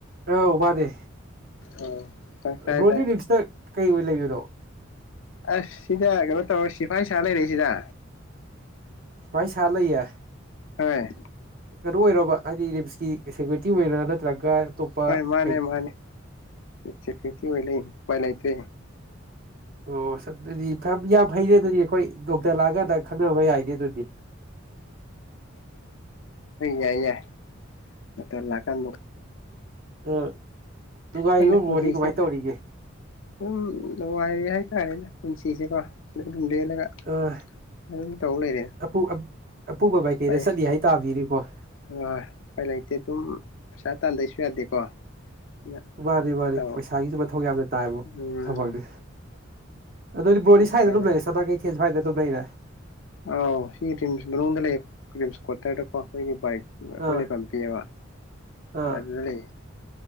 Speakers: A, on the right (about 45°); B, on the left (about 70°).
A: ꯑꯧ ꯋꯥ ꯗꯦ
B: ꯑꯣ ꯇꯥꯏ ꯇꯥꯏ
A: ꯕ꯭ꯔꯣꯗꯤ
B: ꯇꯥꯏ
A: ꯔꯤꯞꯁꯇ ꯀꯩ ꯑꯣꯏ ꯂꯩꯔꯤꯅꯣ
B: ꯑꯁ ꯁꯤꯗ ꯀꯩꯅꯣ ꯇꯧꯔ ꯁꯤꯐꯥꯏ ꯁꯥ ꯂꯩꯔꯁꯤꯗ
A: ꯋꯥꯏ ꯆꯂ ꯏ ꯌꯥ
B: ꯍꯣꯏ
A: ꯀꯩꯅꯣ ꯑꯣꯏꯔꯕ ꯍꯥꯏꯗꯤ ꯔꯤꯝꯁꯀꯤ ꯁꯦꯀ꯭ꯌꯨꯔꯤꯇꯤ ꯑꯣꯏꯅ ꯅꯠꯇ꯭ꯔꯒ ꯑꯇꯣꯞꯄ
B: ꯍꯣꯏ ꯃꯥꯅꯦ
A: ꯀꯩ
B: ꯃꯥꯅꯦ ꯁꯦꯀꯨꯔꯤꯇꯤ ꯑꯣꯏ ꯂꯩ ꯎꯄꯥꯏ ꯂꯩꯇꯦ
A: ꯑꯣ ꯑꯗꯨꯗꯤ ꯌꯥꯝ ꯐꯩꯔꯦ ꯑꯗꯨꯗꯤ ꯑꯩꯈꯣꯏ ꯗꯣꯛꯇꯔ ꯂꯥꯛꯑꯒꯥꯟꯗ ꯈꯪꯅꯕ ꯌꯥꯏꯅꯦ ꯑꯗꯨꯗꯤ <inaudible>
B: ꯌꯥꯏ ꯌꯥꯏ ꯗꯣꯛꯇꯔ ꯂꯥꯛꯀꯥꯟꯗ
A: ꯑꯥ ꯗꯨꯥꯏꯔꯤꯕ
B: ꯈꯪꯗꯦ
A: ꯃꯣꯗꯤ
B: ꯄꯨꯟꯁꯤꯁꯦ
A: ꯀꯃꯥꯏꯅ ꯇꯧꯔꯤꯒꯦ
B: ꯑꯗꯨꯝ ꯅꯨꯡꯉꯥꯏꯔꯦ ꯍꯥꯏꯇꯥꯔꯦꯅꯦ ꯄꯨꯟꯁꯤꯁꯦꯀꯣ ꯁꯨꯝ ꯂꯦꯜꯂꯒ
A: ꯑ
B: ꯑꯗꯨꯝ ꯇꯧ ꯂꯩꯔꯦ
A: ꯑꯄꯨ ꯑꯄꯨꯕ ꯃꯥꯏꯀꯩꯗ
B: ꯐꯩ
A: ꯆꯠꯂꯤ ꯍꯥꯏ ꯇꯥꯕꯅꯤꯅꯦꯀꯣ
B: ꯑ ꯎꯄꯥꯏ ꯂꯩꯇꯦ ꯑꯗꯨꯝ ꯄꯩꯁꯥ ꯇꯥꯟꯗꯁꯨ ꯌꯥꯗꯦꯀꯣ ꯑꯗꯨꯅ
A: ꯃꯥꯅꯤ ꯃꯥꯅꯤ
B: ꯇꯧ
A: ꯄꯩꯁꯥꯒꯤꯁꯨ ꯃꯊꯧ ꯌꯥꯝ ꯇꯥꯏꯕꯨ
B: ꯎꯝ
A: ꯊꯕꯛꯇꯤ ꯑꯗꯨꯗꯤ ꯕꯔꯣꯗꯤ
B: ꯎꯄꯥꯏ
A: ꯁꯥꯏꯗꯨꯝ
B: ꯂꯩ
A: ꯃꯦꯁꯦ ꯇ ꯀꯩ ꯀꯁ ꯁꯋꯥꯏꯗ ꯑꯗꯨꯝ ꯂꯩꯔꯦ
B: ꯑꯥꯎ ꯁꯤ ꯔꯤꯝꯁ ꯃꯅꯨꯡꯗ ꯂꯩ ꯔꯤꯝꯁ ꯀꯋꯥꯇꯔꯗꯀꯣ ꯑꯩꯈꯣꯏꯒꯤ ꯕꯥꯏꯛ ꯑꯩꯈꯣꯏ
A: ꯑꯥ
B: ꯂꯩꯐꯝ ꯄꯤꯑꯦꯕ
A: ꯑꯥ
B: ꯑꯗꯨꯗ ꯂꯩꯌꯦ